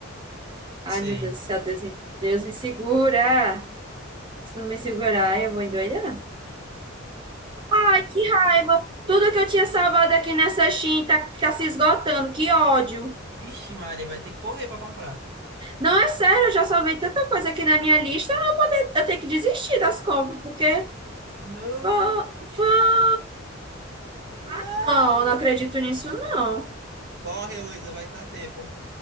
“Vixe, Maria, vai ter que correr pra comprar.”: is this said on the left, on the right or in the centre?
Right